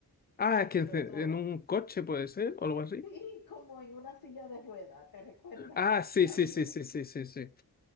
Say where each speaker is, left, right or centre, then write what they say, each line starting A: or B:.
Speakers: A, on the left; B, on the left.
A: Ah,
B: te explotó.
A: que en en un coche puede ser, o algo así.
B: Sí, como en una silla de rueda, ¿te recuerdas?
A: Ah,
B: <laughs>
A: sí,
B: ¿Saben?
A: sí, sí, sí, sí, sí, sí.